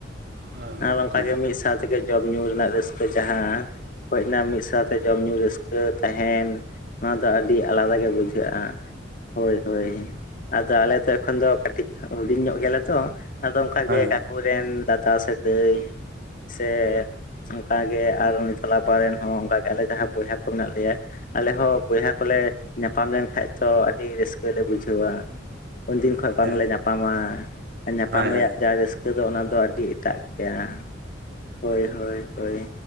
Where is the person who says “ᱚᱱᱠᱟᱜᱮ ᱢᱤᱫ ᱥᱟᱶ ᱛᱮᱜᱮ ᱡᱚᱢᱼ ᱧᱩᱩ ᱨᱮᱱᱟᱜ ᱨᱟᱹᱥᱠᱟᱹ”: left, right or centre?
Left